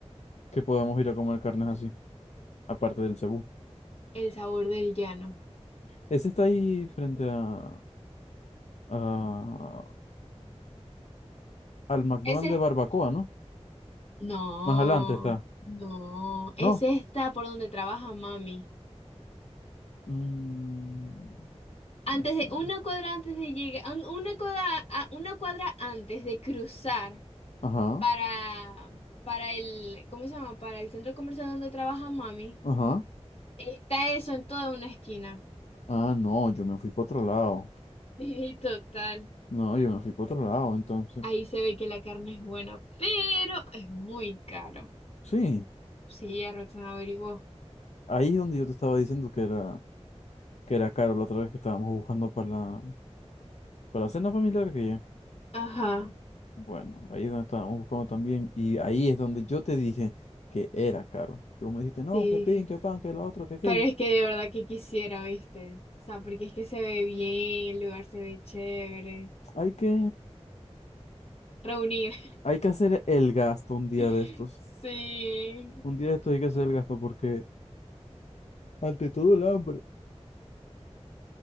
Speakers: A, on the left; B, on the left.
A: que podamos ir a comer carnes así, aparte del Cebú?
B: el sabor del llano.
A: Ese está ahí frente a, a- al McDonald's
B: Ese
A: de Barbacoa, ¿no?
B: No,
A: Más adelante está.
B: no, es
A: ¿No?
B: esta por donde trabaja mami.
A: Mm,
B: Antes
A: me suena.
B: de, una cuadra antes de llegar, un- una cuadra, a- una cuadra antes de cruzar
A: Ajá,
B: para, para el, ¿cómo se llama? Para el centro comercial donde trabaja mami,
A: ajá.
B: está eso en toda una esquina.
A: Ah, no, yo me fui para otro lado.
B: <laughs> Sí, total.
A: No, yo me fui para otro lado, entonces.
B: Ahí se ve que la carne es buena, pero es muy caro.
A: Sí,
B: Sí, ya Roxana averiguó.
A: ahí es donde yo te estaba diciendo que era, que era caro la otra vez que estábamos buscando para la, para la cena familiar que ya.
B: Ajá,
A: Bueno, ahí es donde estábamos buscando también. Y ahí es donde yo te dije que era caro. Que vos me dijiste, no,
B: sí.
A: que pin, que pan, que lo otro que aquello.
B: Pero es que de verdad que quisiera, ¿viste? O sea, porque es que se ve bien, el lugar se ve chévere.
A: Hay que,
B: Reunir.
A: hay que hacer el gasto un día
B: <laughs>
A: de estos.
B: Sí.
A: Un día de estos hay que hacer el gasto porque ante todo el hambre.